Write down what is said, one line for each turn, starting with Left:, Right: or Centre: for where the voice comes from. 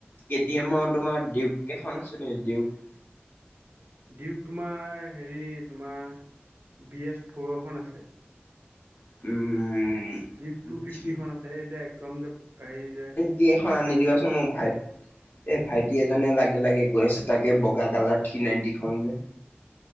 Left: কেতি এমৰ তোমাৰ দিউক কেইখন আছে নেকি দিউক
Right: দিউক তোমাৰ হেৰি তোমাৰ বি এছ ফ'ৰ এখন আছে
Left: উম
Right: দিউক টু ফিফটি
Left: থ্ৰী
Right: খন আছে এই যে একদম যে এই যে
Left: কি এখন আনি দিবাচোন মোৰ ভাইত এই ভাইটি এজনে লাগে লাগে কৈ আছে তাকে বগা কালাৰ থ্ৰী নাইণ্টিখন যে